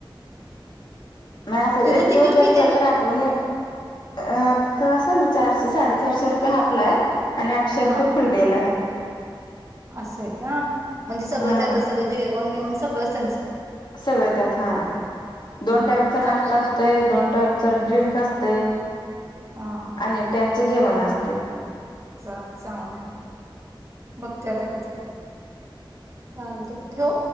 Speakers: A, on the left; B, on the right.
A: नाही असं
B: तिथं
A: एक
B: तिकीट
A: दिवस जरी
B: किती
A: गेल
B: आहे
A: ना पण अ तिथं असेल चारशे साडेचारशे रुपये हापला हाय. आणि आठशे रुपये
B: हा
A: फुल डेला आहे.
B: असं आहे का म्हणजे सगळं
A: हा
B: त्यात सगळं जेवण बिवण सगळंच त्यांचं.
A: सगळं त्यात, हा. दोन
B: हा
A: टाइमचा
B: हा
A: नाष्टा
B: चांगलं आहे
A: असतोय. दोन टाइमच ड्रिंक असतंय.
B: हां हां.
A: आणि एक टाइमच जेवण असतंय.
B: चाल चांगलंय मग, बघते आता कधी तर. चालतय ठेवु?